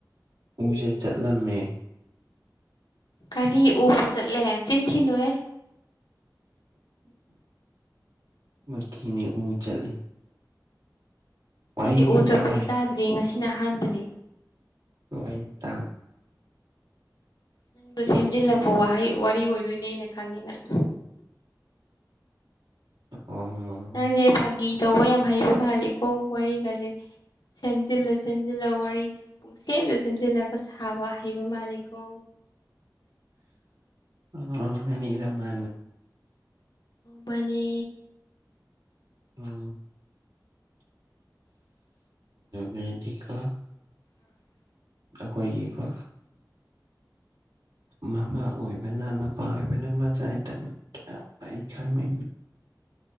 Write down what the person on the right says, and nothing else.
ꯎꯁꯦ ꯆꯠꯂꯝꯃꯦ
ꯃꯤꯅꯤ ꯎ ꯆꯠꯂꯤ ꯋꯥꯔꯤꯅꯤ
ꯇꯥꯎꯋꯦ
ꯍꯣꯢ ꯇꯥꯎ
ꯑꯣ
ꯑꯣ ꯃꯅꯤꯗꯃꯥꯟꯕ
ꯎꯝ ꯃꯦꯗꯤꯀꯥ
ꯑꯩꯈꯣꯏꯒꯤꯀꯣ ꯃꯥꯃ ꯑꯣꯏꯕꯅ ꯃꯄꯥ ꯑꯣꯏꯕꯅ ꯃꯆꯥꯏ ꯗꯃꯛ ꯈ ꯃꯤ